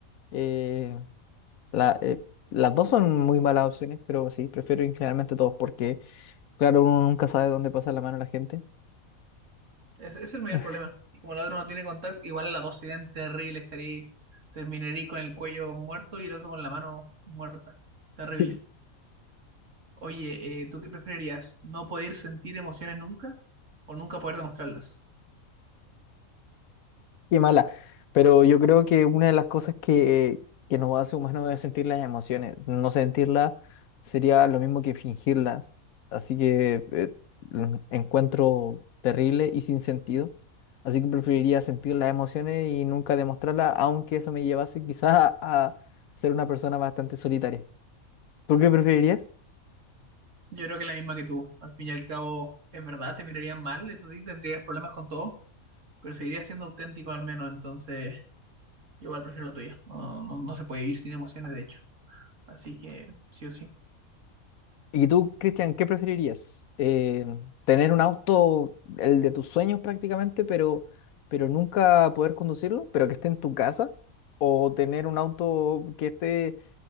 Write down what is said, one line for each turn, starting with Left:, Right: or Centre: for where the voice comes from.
Left: eh, La, eh, las dos son muy malas opciones, pero sí, prefiero generalmente dos porque, claro, uno nunca sabe dónde pasa la mano la gente.
Right: Ese ese es el mayor
Left: <laughs>
Right: problema. Y como el otro no tiene contacto, igual las dos serían terribles. Estaría, terminaría con el cuello muerto y el otro con la mano muerta. Terrible.
Left: Sí.
Right: Oye, eh, ¿tú qué preferirías? ¿No poder sentir emociones nunca o nunca poder demostrarlas?
Left: Qué mala. Pero yo creo que una de las cosas que, que nos hace humanos es sentir las emociones. No sentirlas sería lo mismo que fingirlas. Así que eh, lo encuentro terrible y sin sentido. Así que preferiría sentir las emociones y nunca demostrarlas, aunque eso me llevase quizás a a ser una persona bastante solitaria. ¿Tú qué preferirías?
Right: Yo creo que la misma que tú. Al fin y al cabo, es verdad, te mirarían mal, eso sí, tendrías problemas con todo, pero seguirías siendo auténtico al menos. Entonces, yo igual prefiero la tuya. No, no, no se puede vivir sin emociones, de hecho. Así que, sí o sí.
Left: ¿Y tú, Cristian, qué preferirías? Eh, ¿tener un auto, el de tus sueños prácticamente, pero, pero nunca poder conducirlo, pero que esté en tu casa? ¿O tener un auto que esté,